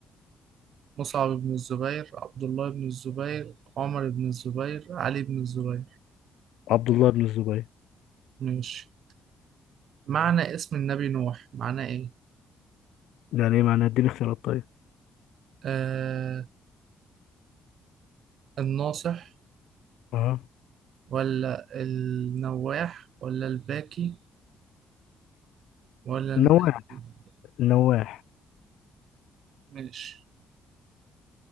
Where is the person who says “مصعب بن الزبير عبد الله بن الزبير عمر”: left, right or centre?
Right